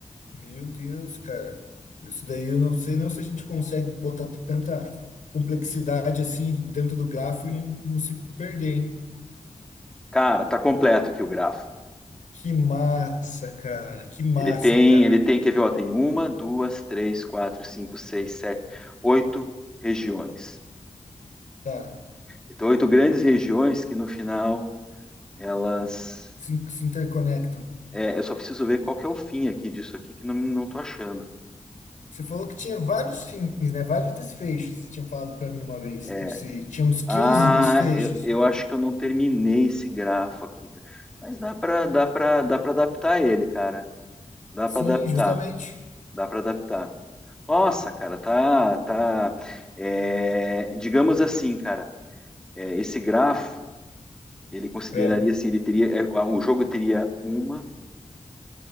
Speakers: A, on the left; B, in the centre.
A: meu Deus, cara. Isso daí eu não sei não se a gente consegue botar tanta complexidade assim dentro do grafo e não, não se perder, hein?
B: Cara, tá completo aqui o grafo.
A: Que massa, cara. Que massa,
B: Ele tem,
A: cara.
B: ele tem, quer ver, ó, tem uma, duas, três, quatro, cinco, seis, sete, oito regiões.
A: Tá.
B: Então, oito grandes regiões que no final elas.
A: Se, se interconectam.
B: é, eu só preciso ver qual que é o fim aqui disso aqui, que não, não tô achando.
A: Você falou que tinha vários fins, né? Vários desfechos. Você tinha falado para mim uma vez
B: é
A: que se tinha uns 15
B: Ah,
A: desfechos.
B: eu, eu acho que eu não terminei esse grafo aqui, cara. Mas dá para dá para dá para adaptar ele, cara. Dá
A: Sim,
B: para adaptar,
A: justamente.
B: dá para adaptar. Nossa, cara, tá tá é, digamos assim, cara, é, esse grafo Ele consideraria
A: É.
B: assim, ele teria, é, o jogo teria uma,